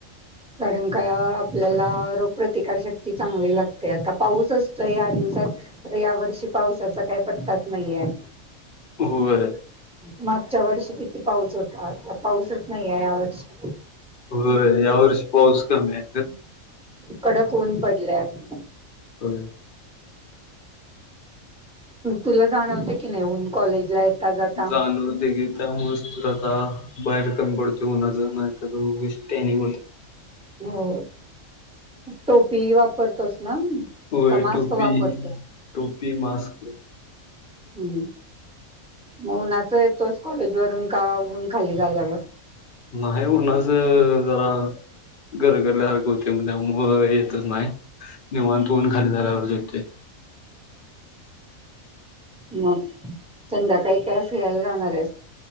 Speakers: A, in the centre; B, on the left.
A: कारण का आपल्याला रोगप्रतिकार शक्ती चांगली लागते आता पाऊस असतोय या दिवसात तर या वर्षी पावसाचा काय पत्ताच नाही आहे.
B: होय
A: मागच्या वर्षी किती. पाऊस होता पाऊसच नाही आहे या वर्षी
B: हो या वर्षी पाऊस कमी आहे तर
A: कडक ऊन पडले आमच्या
B: होय
A: तुला जाणवते की नाही ऊन कॉलेजला जाता
B: जाणवतंय की त्या मुळेच तर आता बाहेर कमी पडतो उन्हाच उगाच टॅनिंग होते
A: हो टोपी वापरतोस. ना
B: होय
A: का मास्क
B: टोपी
A: वापरतोस
B: टोपी मास्क.
A: हम्म मग उन्हाच येतोच कॉलेज वरून का ऊन खाली झाल्यावर
B: नाही उन्हाच जरा ग रगरल्यासारखे होते म्हणल्यावर येतच नाही निवांत ऊन खाली झाल्यावरच येतोय
A: ह चंदा काई कायसयल <unintelligible>